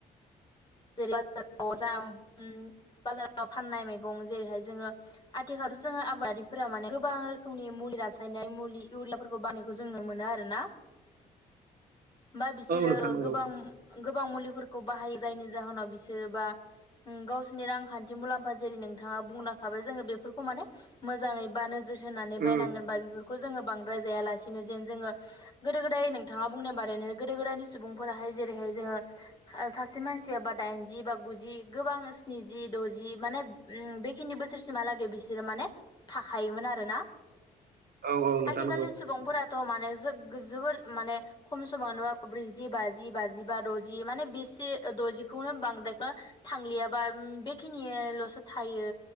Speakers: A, on the left; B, on the right.
A: जै बाजाराव फाननाय मैगं जेरैहाय जोङो आथिखाल जोङो आबादारिफोरा माने गोबां रोखोमनि मुलि रासायनाय मुलि इउरियाफोरखौ बानायखौ जों नु मोनो आरोना
B: <inaudible>
A: बा बिसोरो
B: नोंथां नंगौ
A: गोबां गोबां मुलिफोरखौ बाहायो जायनि जाहोनाव बिसोरोबा गावसोरनि रांखान्थि मुलाम्फा जेरै नोंथाङा बुंलांखाबाय जोङो बेफोरखौ मान मोजाङै बा नोजोर होनानै
B: औ
A: बायनांगोन बा बेफोरखौ खौ जोङो बांद्राय जायालासिनो जेन जोङो गोदो गोदाय नोंथाङा बुंनाय बादैनो गोदो गोदायनि सुबुंफोराहाय जेरैहाय जोङ सासे मानसि बा दाइनजि बा गुजि गोबां स्निजि द'जि माने बेखिनि बोसोरसिमहालागै बि बिसोरो माने थाखोमोन आरोोना
B: औ नोंथां
A: आथिखालनि
B: नंगौ
A: सुबुंफोरा थ' माने जोोबद माने खम समाव ना ब्रैजि बाजि बाजि बा द'जि माने बेसे द'जिखौनो बांद्रायखौनो थांलियाबा बेखिनियल'सो थायो